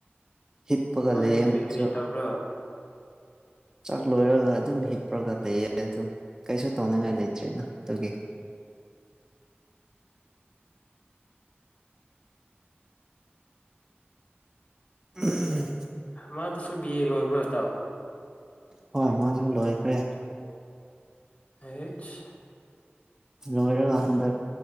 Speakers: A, on the right (about 15°); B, on the left (about 40°).
A: ꯍꯤꯞꯄꯒ
B: ꯃꯥꯗꯤ
A: ꯂꯩꯌꯦ
B: ꯀꯔꯤ
A: ꯃꯥꯁꯨ
B: ꯀꯔꯤ ꯇꯧꯕ꯭ꯔꯣ
A: ꯆꯥꯛ ꯂꯣꯏꯔꯒ ꯑꯗꯨꯝ ꯍꯤꯞꯄꯔꯒ ꯂꯩꯌꯦ ꯑꯗꯨꯝ ꯀꯩꯁꯨ ꯇꯧꯅꯤꯡꯉꯥꯏ ꯂꯩꯇ꯭ꯔꯦꯅ ꯑꯗꯨꯒꯤ ꯎꯝ
B: ꯃꯥꯗꯨꯁꯨ ꯕꯤ ꯑꯦ ꯂꯣꯏꯕ꯭ꯔꯣ ꯏꯇꯥꯎ
A: ꯍꯣꯏ ꯃꯥꯁꯨ ꯂꯣꯏꯈ꯭ꯔꯦ
B: ꯍꯩꯆ
A: ꯂꯣꯢꯔꯒ ꯍꯟꯗꯛ